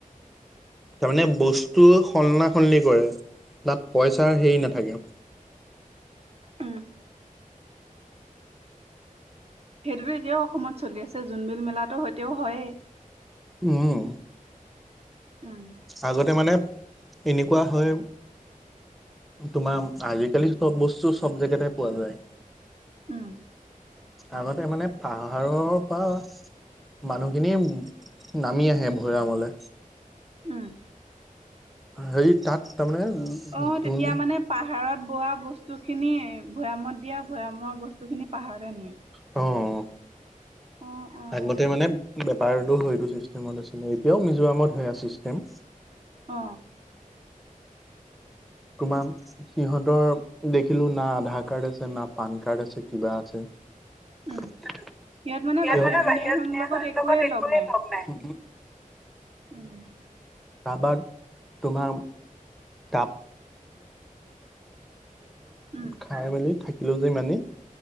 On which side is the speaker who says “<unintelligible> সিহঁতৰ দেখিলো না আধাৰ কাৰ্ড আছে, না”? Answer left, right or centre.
Centre